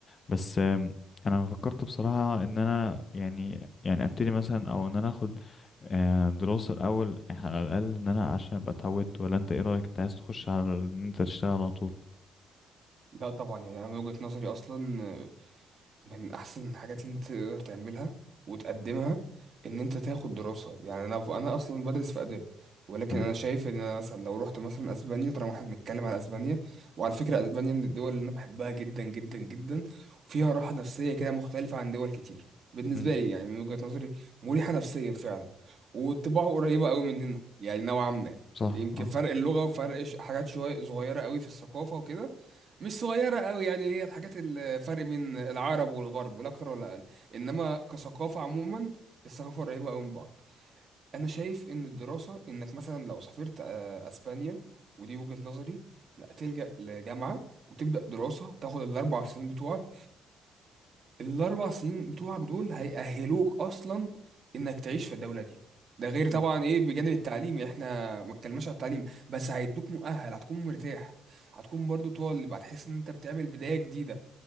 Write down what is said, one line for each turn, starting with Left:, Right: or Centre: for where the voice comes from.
Left: بس آم، انا فكرت بصراحة ان انا يعني يعني ابتدي مثلا او ان انا اخد آه، دراسة الاول على الاقل ان انا عشان ابقى اتعودت ولا انت ايه رأيك انت عايز تخش على ان انت تشتغل على طول
Right: لا طبعا يعني انا من وجهة نظري اصلا آه، من احسن الحاجات اللي انت تقدر تعملها وتقدمها ان انت تاخد دراسة يعني انا انا اصلا بدرس في اداب ولكن
Left: اه
Right: انا شايف ان انا مثلا لو رحت مثلا اسبانيا طالما احنا بنتكلم على اسبانيا وعلى فكرة اسبانيا من الدول اللي انا بحبها جدا جدا جدا وفيها راحة نفسية كده مختلفة عن دول كتير بالنسبة
Left: مم.
Right: لي يعني من وجهة نظري مريحة نفسيا فعلا وطباعه قريبة قوي مننا يعني نوعا ما
Left: صح
Right: يمكن
Left: اه
Right: فرق اللغة وفرق ش- حاجات شوية صغيرة قوي في الثقافة وكده مش صغيرة قوي يعني هي الحاجات الفرق بين العرب والغرب لا أكتر ولا أقل إنما كثقافة عموما الثقافة قريبة قوي من بعض أنا شايف إن الدراسة إنك مثلا لو سافرت آه، أسبانيا ودي وجهة نظري لا تلجأ لجامعة وتبدأ دراسة تاخد الأربع سنين بتوعك الأربع سنين بتوعك دول هيأهلوك أصلا إنك تعيش في الدولة دي ده غير
Left: مم.
Right: طبعا إيه بجانب التعليم إحنا ما اتكلمناش على التعليم بس هيدوك مؤهل هتكون مرتاح هتكون برضو طالب هتحس ان انت بتعمل بداية جديدة